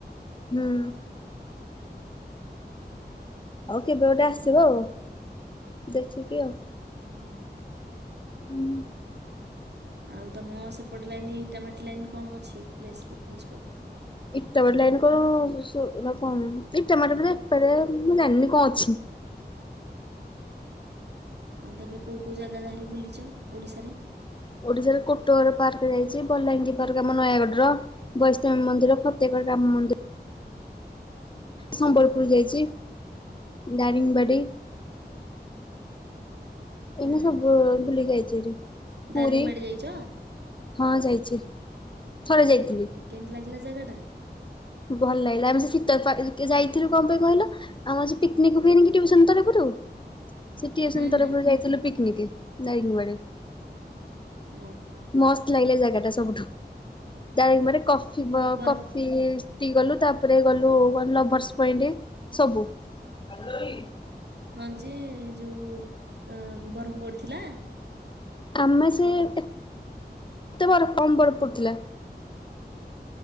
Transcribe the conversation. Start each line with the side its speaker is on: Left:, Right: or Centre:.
Left: <inaudible> ହଉ କେବେ ଗୋଟେ
Right: ତାପରେ
Left: ଆସିବ ଆଉ ଦେଖିକି ଆଉ
Right: <inaudible>
Left: <inaudible>
Right: ଆଉ ତମ ସେପଟେ ଲାଇନ ଇଟାମାଟି ଲାଇନ କଣ ଅଛି ପ୍ ପିକନିକ ସ୍ପଟ
Left: ଇଟା ବାଲାଇନ କଣ କଣ ଇଟ ମ ବେ ଏଇପ ମୁ ଏ କଣ ଅଛିନି
Right: ଆଉ ତମେ କେଉଁ କେଉଁ ଜାଗା ଯାହେଲେ ବୁଲିଛ ଓଡ଼ିଶାରେ?
Left: ଓଡିଶାରେ କୋଟଗଡ ପାର୍କ ଯାଇଛି, ବଲାଙ୍ଗୀ ପାର୍କ ଆମ ନୟାଗଡ଼ର। ବୈଷ୍ଣବୀ ମନ୍ଦିର, ଫତେଗଡ ରାମ ମନ୍ଦିର ସମ୍ବଲପୁର ଯାଇଛି, ଦାରିଙ୍ଗବାଡି
Right: ହୁଁ
Left: ଏଇନା ସବୁ ବୁଲି ଯାଇଛିହେରି। ପୁରୀ
Right: ଦାରିଙ୍ଗବାଡି ଯାଇଛ?
Left: ହଁ ଯାଇଛି। ଥରେ ଯାଇଥିଲି
Right: କେମିତି ଲାଗିଲା ଜାଗାଟା?
Left: ଭଲ ଲାଗିଲା ଆମେ ସେ ଶୀତ ଯାଇଥିଲୁ କଣ ପାଇଁ କହିଲ? ଆମର ସେ ପିକନିକ୍ ହୁଏନି କି ତରଫରୁ ସେ ଟିୟୁସନ
Right: ହୁଁ
Left: ତରଫରୁ
Right: ହୁଁ
Left: ଯାଇଥିଲୁ ପିକନିକ ଦାରଙ୍ଗବାଡ଼ି।
Right: ଓହୋ।
Left: ମସ୍ତ ଲାଗିଲା ଜାଗା ଟା ସବୁଠୁ। ଦାରିଙ୍ଗବାଡି କଫିି
Right: ବରଫ
Left: କ ସେଠିକି ଗଲୁ ତାପରେ ଗଲୁ ଲଭର୍ସ ପଏଣ୍ଟ ସବୁ। <inaudible>
Right: ହଁ ଯେ ଯେଉଁ ବରଫ ପଡ଼ିଥିଲା?
Left: ଆମେ ସେ <inaudible> କମ୍ ବରଫ ପଡ଼ୁଥିଲା।